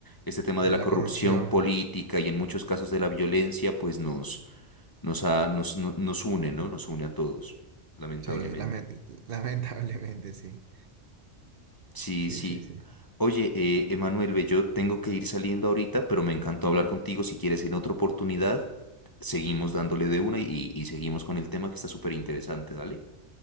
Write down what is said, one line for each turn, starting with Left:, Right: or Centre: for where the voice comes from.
Left: este tema de
Right: la
Left: la corrupción
Right: corrupción,
Left: política y en muchos casos de la violencia pues nos, nos, ha- nos, no- nos une, ¿no? Nos une a todos lamentablemente.
Right: sí, lame- <laughs> lamentablemente, sí,
Left: Sí,
Right: sí,
Left: sí.
Right: sí, sí.
Left: Oye, eh, Emanuel, ve, yo tengo que ir saliendo ahorita, pero me encantó hablar contigo. Si quieres en otra oportunidad, seguimos dándole de una y, y seguimos con el tema que está súper interesante. Dale,